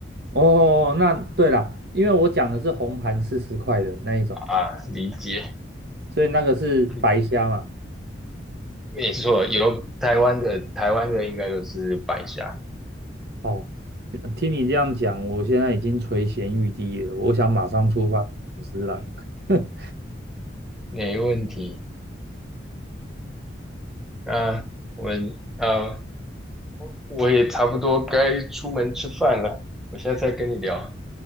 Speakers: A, on the right; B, in the centre.
A: 哦，那对啦，因为我讲的是红盘四十块的那一种，
B: 啊，理解。
A: 所以那个是白虾嘛。
B: 嗯没错，有台湾的台湾的应该都是白虾，
A: 哦，听你这样讲，我现在已经垂涎欲滴了，我想马上出发去寿司郎。<laughs>
B: 没问题。那我们呃。我也差不多该出门吃饭了，我下次再跟你聊，